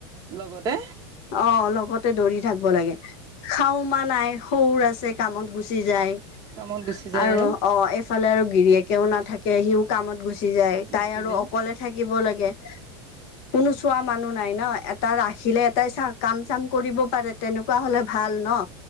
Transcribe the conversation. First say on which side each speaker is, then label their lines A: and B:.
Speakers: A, on the right; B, on the left.
A: লগতে,
B: অ লগতে দৌৰি থাকিব লাগে। খাও মা নাই সুৰ আছে, কামত গুচি যায়।
A: কামত গুচি যায়
B: আৰু অ এইফালে আৰু গিৰিয়েকেও নাথাকে সিও কামত গুচি গুচি যায়
A: গুচি
B: তাই আৰু
A: যায়
B: অকলে থাকিব লাগে, কোনো চোৱা মানুহ নাই ন, এটটা ৰাখিলে এটাই চা কাম চাম কৰিব পাৰে। তেনেকুৱা হলে ভাল ন।